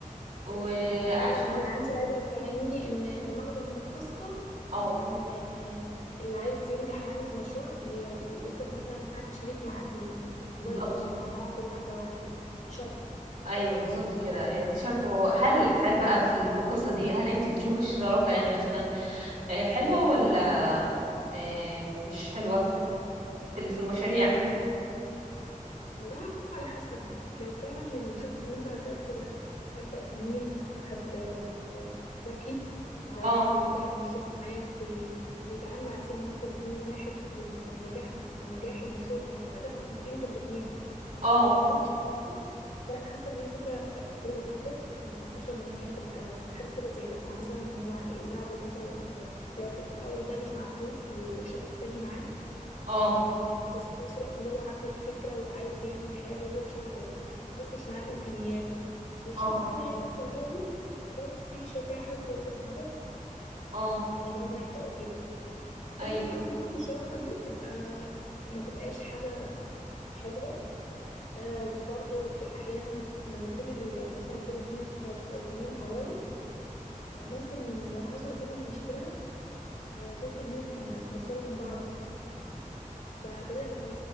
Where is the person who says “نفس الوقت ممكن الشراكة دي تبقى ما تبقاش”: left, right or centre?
Left